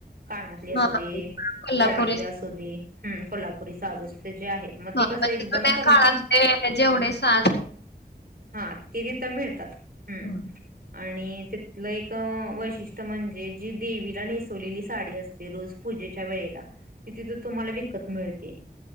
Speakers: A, on the right; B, on the left.
A: कानातले असू
B: हा
A: दे
B: कोल्हापुरी
A: गळातले असू दे हम्म कोल्हापुरी साहज अस ते जे आहेत मग
B: हो
A: ते कसं
B: म्हणजे
A: एकदम कमी
B: काळातले
A: किमतीत
B: जेवढे साज आहे
A: हा ते तिथं मिळतात हम्म
B: हा
A: आणि तिथलं एक वैशिष्ट्य म्हणजे जी देवीला नेसवलेली साडी असते रोज पूजेच्या वेळेला तिथि तर तुम्हाला विकत मिळते